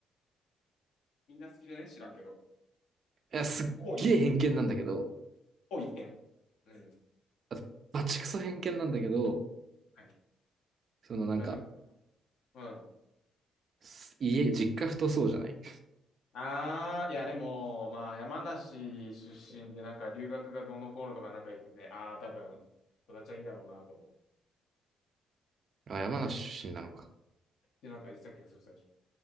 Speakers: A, on the left; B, on the right.
A: みんな好きじゃね知らんけど。
B: や、すっげえ偏見なんだけど、
A: こうい、こう一点。うん。
B: あと、バチクソ偏見なんだけど、
A: はい。
B: そのなんか、
A: なんで、うん。
B: す家、実家太そうじゃない
A: ああ、いや、でも、まあ、山梨出身で、なんか、留学がどうのこうのとかなんか言ってて、ああ、多分、育ちはいいんだろうなと思っ
B: あ、山梨出身なのか。
A: て、なんか言ってた気がする、最初。